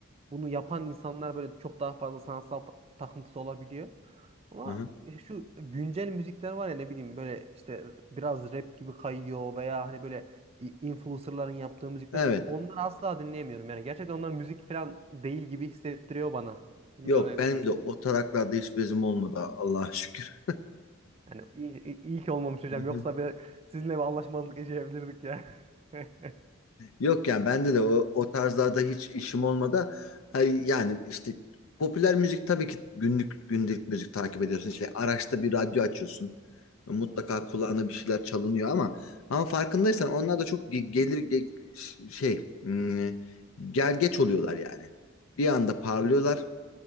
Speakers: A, on the right; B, on the left.
A: bunu yapan insanlar böyle çok daha fazla sanatsal ta- takıntısı olabiliyor. Ama
B: Hı hı.
A: e, şu güncel müzikler var ya ne bileyim böyle işte biraz rap gibi kayıyor veya hani böyle i- influencerların yaptığı müzikler
B: Evet.
A: onları asla dinleyemiyorum. Yani gerçekten onlar müzik falan değil gibi hissettiriyor bana. Bilmiyorum
B: Yok
A: ne
B: benim
A: düşünüyorsun.
B: de o taraklarda hiç bezim olmadı Allah'a şükür.
A: Yani iyi, iyi iyi ki olmamış hocam.
B: <laughs>
A: Yoksa bir, sizinle bir anlaşmazlık yaşayabilirdik ya. <laughs>
B: Yok yani bende de o, o tarzlarda hiç işim olmadı. Hayır yani işte popüler müzik tabii ki günlük günlük müzik takip ediyorsun. İşte araçta bir radyo açıyorsun. Mutlaka
A: Evet evet.
B: kulağına bir şeyler çalınıyor ama ama farkındaysan onlar da çok ge- gelir ge- ş- şey hmm, gergeç oluyorlar yani. Bir anda parlıyorlar